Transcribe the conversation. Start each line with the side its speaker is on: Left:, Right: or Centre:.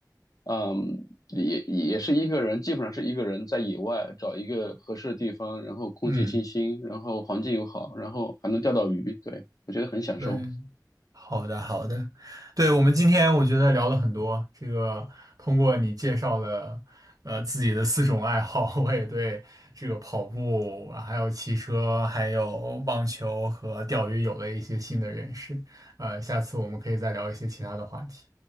Left: 嗯，也也是一个人，基本上是一个人在野外找一个合适的地方，然后空气清新，
Right: 嗯。
Left: 然后环境又好，然后还能钓到鱼，对，我觉得很享受。
Right: 对，好的好的，对，我们今天我觉得聊了很多，这个通过你介绍了呃自己的四种爱好，<laughs> 我也对这个跑步，还有骑车，还有网球和钓鱼有了一些新的认识。呃，下次我们可以再聊一些其他的话题。